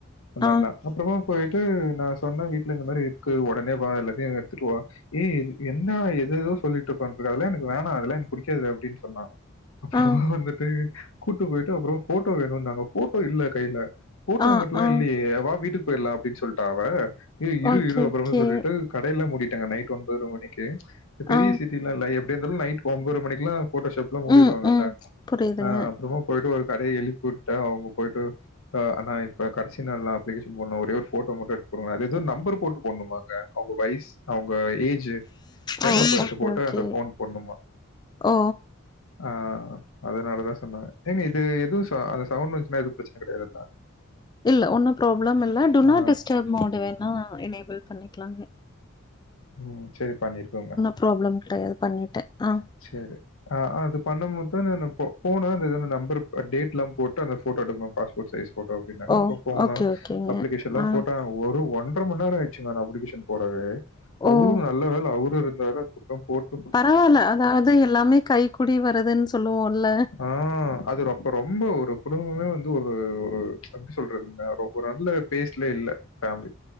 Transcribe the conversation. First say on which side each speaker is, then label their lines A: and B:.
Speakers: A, on the left (about 85°); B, on the left (about 20°).
A: ஒண்ணாருந்தா
B: ஆ,
A: அப்றமா போயிட்டு நா சொன்னே வீட்ல இந்த மாத்ரி க்கு ஒடனே வா எல்லாத்தையு எடுத்துட்டு வா ஏய் என்னா எதேதோ சொல்லிட்டு‌ ஒக்காண்ட்ருக்க அதெல்லா எனக்கு வேணா அதெல்லா எனக்கு புடிக்காது அப்டின்னு சொன்னா அப்பறமா
B: ஆ,
A: வந்துட்டு கூட்டு போயிட்டு அப்றோ போட்டோ வேணும்ட்டாங்க ஃபோட்டோ இல்ல கைல ஃபோட்டோ
B: ஆ,
A: எங்கிட்டலா
B: ஆ.
A: இல்லையே வா வீட்டுக்கு போயிட்லா அப்டின்னு சொல்ட்டா அவ ஏ இரு
B: ஓகே,
A: இரு அப்றமே
B: ஓகே.
A: சொல்லிட்டு கடைல்லா மூடிட்டாங்க நைட் ஒன்பதர மணிக்கு இந்த பெரிய
B: ஆ.
A: சிட்டி இல்ல இல்ல எப்டியே இருந்தாலு நைட் ஒன்பதரை மணிக்கெல்லா ஃபோட்டோஷாப் எல்லா மூடிடுவாங்கல்ல
B: ம், ம். புரியுதுங்க.
A: ஆ அப்பறமா போயிட்டு ஒரு கடைய எழுப் ப்புடே அவுங்க போயிட்டு ஆனா இப்ப கடைசி நாள்னா அப்ளிகேஷன் இம்பொண்ணு ஒரே ஒரு போட்டோ மட்டு எடுத்து குடுங்களே அத ஏதோ நம்பர் போட்டு போடணுமாங்க அவுங்க வைஸ் அவுங்க ஏஜ் ஜு டேட்
B: ஓ!
A: ஆஃப் பெர்த்து
B: ஓகே,
A: போட்டு
B: ஓகே.
A: அந்த போன் போண்ணுமா
B: ஓ!
A: ஆ அதனாலதா சொன்னே ஏங்க இது எதுவு சா அந்த சவுண்ட் வந்துச்சுன்னா எதுவு ப்ரச்சன கெடையாதுல்ல
B: இல்ல ஒன்னும் ப்ராப்ளம் இல்ல டூநாட்
A: ஆ
B: டிஸ்டர்ப் மோடு வேணா எனேபிள் பண்ணிக்கலாமே
A: ஓ சேரி பண்ணிர்க்கோங்க
B: ப்ராப்ளம் கெடையாது பண்ணிட்டே‌ஆ
A: சேர்ரி ஆ அது பண்ணபோதான் நானு போனா அ நம்பர் டேட்ல்லா போட்டு அந்த போட்டோ எடுக்கணு பாஸ்போட் சைஸ் ஃபோட்டோ அப்பி ன்னாங்க
B: ஓ! ஓகே, ஓகேங்க.
A: அப்ளிகேஷன்ல
B: ஆ.
A: போட்டோ ஒரு ஒன்ட்ற மண் நேரோ ஆயச்சுங்க அப்ளிகேஷன் போடவே அவரு
B: ஓ!
A: நல்ல வேல அவரு இருந்தாரு அப்போ போட்
B: பரவால்ல அதாவ்து எல்லாமே கைக்கூடி வருதுன்னு சொல்லுவோல்ல
A: ஆ அது ரொப்ப ரொம்ப ஒரு குடும்பமே வந்து ஒரு ஒரு எப்டி சொல்றதுங்க ரொம்ப நல்ல பேஸ்ட்லே இல்ல ஃபேமிலி